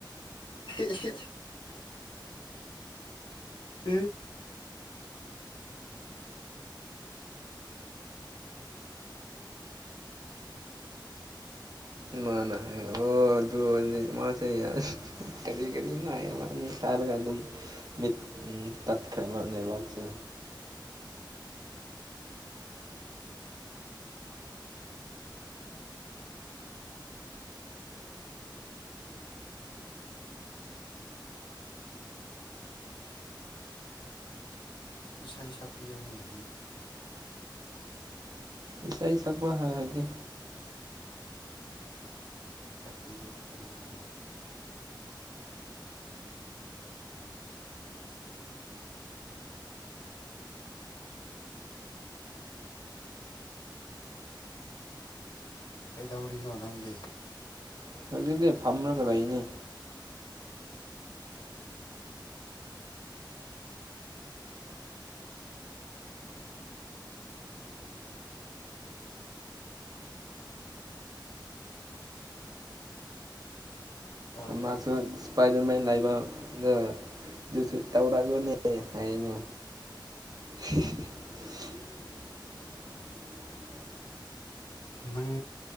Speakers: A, on the left; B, on the right.
A: ꯑꯍꯦ ꯍꯦ ꯍꯦ ꯍ
B: ꯃꯥꯅ ꯍꯥꯏ ꯑꯣ ꯑꯗꯨ ꯑꯣꯏꯗꯤ ꯃꯥꯁꯦ ꯌꯥ ꯀꯔꯤ ꯀꯔꯤ ꯉꯥꯏ ꯃꯥꯅꯤ ꯊꯥꯔꯒ ꯑꯗꯨꯝ ꯃꯤꯠ ꯎꯝ ꯇꯠꯈ꯭ꯔꯦꯕ ꯅꯦꯠꯋꯥꯛꯁꯦ꯫
A: ꯏꯁꯩ ꯁꯛꯄꯤꯌꯨꯅꯦ ꯍꯤꯝ
B: ꯏꯁꯩ ꯁꯛꯄ ꯍꯥ ꯍꯥꯏꯇꯦ꯫
A: ꯁꯛꯄꯤꯌꯣ ꯀꯔꯤꯒꯤꯅꯣ ꯀꯩꯗꯧꯔꯤꯅꯣ ꯅꯪꯗꯤ꯫
B: ꯍꯧꯖꯤꯛꯇꯤ ꯐꯝꯔꯒ ꯂꯩꯅꯤ꯫
A: ꯇꯥꯕ꯭ꯔꯣ
B: ꯃꯥꯁꯨ ꯏꯁꯄꯥꯏꯗꯔꯃꯦꯟ ꯂꯩꯕ ꯗ ꯑꯗꯨꯁꯨ ꯇꯧꯔꯛꯑꯒꯅꯦ ꯍꯥꯏꯌꯦꯅꯦ꯫ <unintelligible> <unintelligible>
A: ꯅꯪ